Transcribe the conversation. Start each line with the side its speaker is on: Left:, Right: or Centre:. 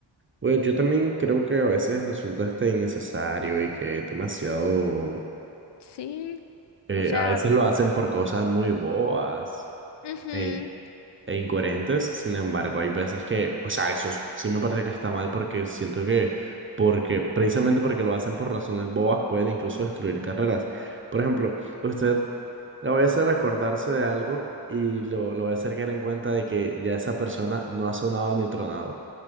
Right: Bueno, yo también creo que a veces resulta hasta innecesario y que es demasiado,
Left: Sí,
Right: eh,
Left: o sea,
Right: a veces lo hacen por cosas muy bobas
Left: ujú.
Right: e, e incoherentes. Sin embargo, hay veces que, o sea, eso s- sí me parece que está mal porque siento que, porque precisamente porque lo hacen por razones bobas pueden incluso destruir carreras. Por ejemplo, usted la voy a hacer acordarse de algo y lo, lo voy a hacer caer en cuenta de que ya esa persona no ha sonado ni tronado.